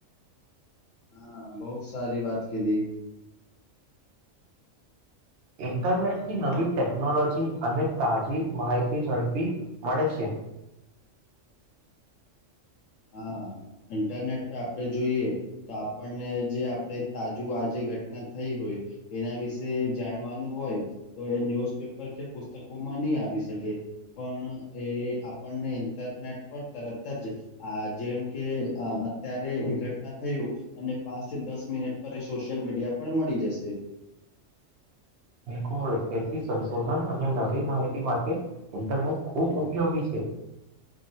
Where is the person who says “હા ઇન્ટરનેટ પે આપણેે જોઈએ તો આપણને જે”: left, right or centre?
Left